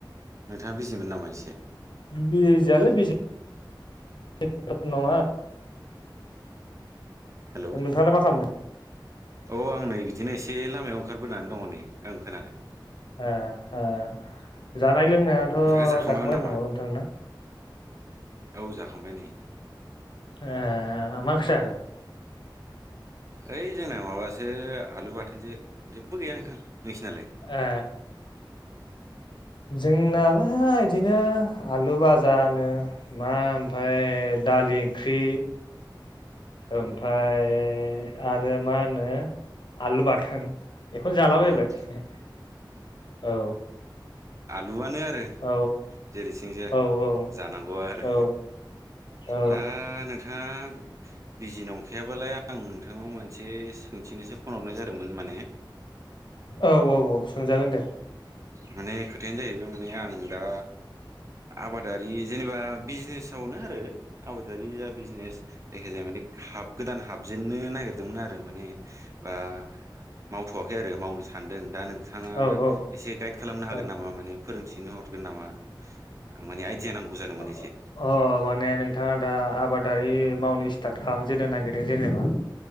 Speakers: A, on the right; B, on the left.
A: नोंथाङा बिजिमोन नामा एसे?
B: बिजिआलाय <unintelligible> नङा
A: हेलौ
B: नोंथाङालाय मा खालादों?
A: औ आं नै बिदिनो एसे लामायाव ओंखारबोनानै दङ नै ओं खोनादों।
B: ओ ओ जानाय लोंनायाथ'
A: ओमफ्राय जाखांबायमोन
B: जाखांबाय
A: नामा
B: होननो हागौ नोंथाना?
A: औ जाखांबाय नै।
B: ए मा ओंख्रि जाखो
A: ओइ जोंना माबासो आलु बाथोनसो जेबो गैया नोंथां नोंसिनालाय
B: ए जोंना बा इदिनो आलु बाजानो मा ओमफ्राय दालि ओंख्रि <inaudible>
A: औ
B: ओमफ्राय आरो मा होनो आलु बाथोन बेखौनो जालाबायबाय
A: उम
B: औ
A: दुआनो आरो
B: औ
A: जेरैथिंजाया
B: औ औ
A: जानांगौ आरो
B: औ औ
A: दा नोंथाङा बिजि नंखायाबालाय आं नोंथांनाव मोनसे सोंथिनोसो फन हरनाय जादोंमोन माने
B: औ औ औ सोंजागोन दे
A: माने खोथायानो जाहैबाय माने आं दा आबादारि जेनेबा बिजनेसावनो आरो आबादारि जा बिजनेस जायखि जाया माने हाब गोदान हाब जेननो नागिरदोंमोन आरो माने बा मावथ'वाखै आरो मावनो सानदों दा नोंथाङा
B: औ औ
A: एसे गाइद खालामनो हागोन
B: औ
A: नामा माने फोरोंथिनो हरगोन नामा माने आइडिया नांगौ जादोंमोन
B: अ
A: एसे
B: माने नोंथाङा दा आबादारि मावनो स्टार्ट खालामजेनो नागिरदों जेनेबा